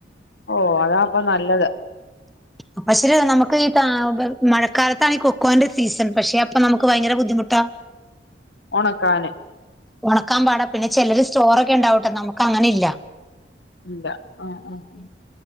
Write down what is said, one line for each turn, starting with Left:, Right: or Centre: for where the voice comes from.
Left: ഓ അതാപ്പൊ നല്ലത്
Centre: അപ്പ ശരി നമുക്ക് ഈ മഴക്കാലത്താണ് ഈ കൊക്കോന്റെ സീസൺ പക്ഷെ അപ്പൊ നമുക്ക് ഭയങ്കര ബുദ്ധി ബുദ്ധിമുട്ടാ
Left: ഉണക്കാനെ
Centre: ഉണക്കാൻ പാടാ പിന്നെ ചിലർ സ്റ്റോറൊക്കെ ഉണ്ടാവട്ടെ നമുക്ക് അങ്ങനെ ഇല്ല
Left: ഉന്താ ആ ആ ഉ